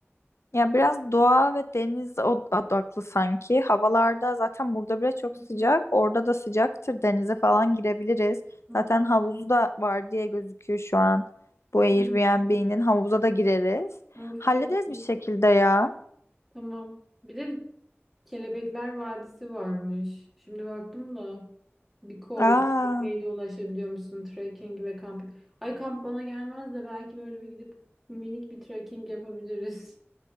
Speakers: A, on the left (about 75°); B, in the centre.
A: Ya biraz doğa ve deniz od- odaklı sanki. Havalarda zaten burada bile çok
B: Hı
A: sıcak. Orada da sıcaktır. Denize falan girebiliriz.
B: hı.
A: Zaten havuzu da var diye gözüküyor şu an. Bu Airbnb'nin
B: Hı.
A: havuza da gireriz.
B: Of
A: Hallederiz
B: çok iyi.
A: bir şekilde ya.
B: Tamam. Bir de Kelebekler Vadisi varmış. Şimdi baktım da bir koy
A: Aa.
B: tekneyle ulaşabiliyor musun trekking ve kamp. Ay kamp bana gelmez de belki böyle bir gidip minik bir trekking yapabiliriz.